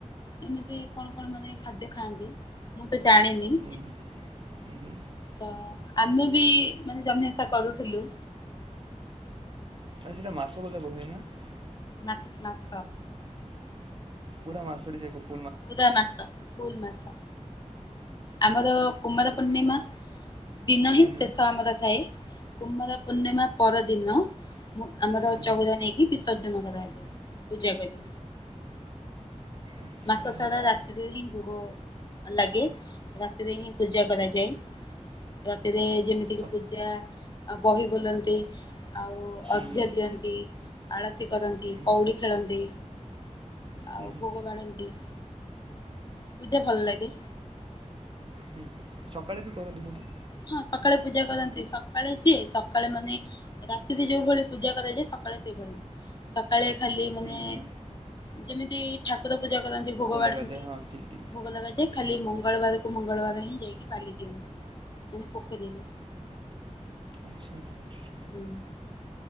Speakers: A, on the left; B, on the right.
A: ଏମିତି କଣ କଣ ମାନେ ଖାଦ୍ୟ ଖାଆନ୍ତି ମୁଁ ତ ଜାଣିନି।
B: ହୁଁ ହୁଁ ହୁଁ।
A: ତ ଆମେ ବି ମାନେ ଜହ୍ନି ଓଷା କରୁଥିଲୁ।
B: ଆଉ ସେଟା ମାସ ବଜା ବହୁବେ ନା <unintelligible>
A: ମ ମ <unintelligible>
B: ପୁରା ମାସଟି ଜାକ <unintelligible>
A: ପୁରା ମାସ ଫୁଲ ମାସ ଆମର କୁମାର
B: ସେ
A: ପୂର୍ଣ୍ଣିମା ଦିନହିଁ
B: ହୁଁ ହୁଁ
A: ଶେଷ ଆମର ଥାଏ। କୁମାର ପୂର୍ଣ୍ଣିମା ପରଦିନ ମୁ ଆମର
B: ହୁଁ
A: ଚଉରା ନେଇକି ବିସର୍ଜନ କରାଯାଏ। ପୂଜା କରି।
B: ଆଚ୍ଛା
A: ମାସ ସାରା ରାତିରେ ହିଁ ଭୋଗ ଲାଗେ ରାତିରେ ହିଁ ପୂଜା କରାଯାଏ ରାତିରେ ଯେମିତିକି
B: ସ
A: ପୂଜା ବହି ବୋଲନ୍ତି। ଆଉ
B: ହୁଁ
A: ଅର୍ଘ୍ୟ
B: ହୁଁ
A: ଦିଅନ୍ତି ଆଳତି କରନ୍ତି
B: ହୁଁ
A: କଉଡି ଖେଳନ୍ତି। ଆଉ
B: ହୁଁ ହୁଁ
A: ଭୋଗ ବାଢନ୍ତି। ପୂଜା ଭଲ ଲାଗେ।
B: ହୁଁ ହୁଁ। ସକାଳେ ବି କରନ୍ତିି ବୋଧେ।
A: ହଁ ସକାଳେ ପୂଜା କରନ୍ତି ସକାଳେ ଯେ ସକାଳେ ମାନେ ରାତିରେ ଯୋଉ ଭଳି ପୂଜା କରାଯାଏ। ସକାଳେ ସେଇଭଳି। ସକାଳେ ଖାଲି ମାନେ
B: ହୁଁ ହୁଁ
A: ଯେମିତି ଠାକୁର ପୂଜା କରନ୍ତି ଭୋଗ ବାଢନ୍ତି
B: ଲଗାଯାଏ ହଁ ଠିକ୍ ଠିକ୍
A: ଭୋଗ ଲଗାଯାଏ
B: ହୁଁ
A: ଖାଲି
B: ହୁଁ
A: ମଙ୍ଗଳବାର ମଙ୍ଗଳବାର ହିଁ ଯାଇକି ବାଲି ଦିଅନ୍ତି। ଉଁ ପୋଖରୀରେ।
B: ଆଚ୍ଛା ଆଚ୍ଛା ଆଚ୍ଛା।
A: ହୁଁ।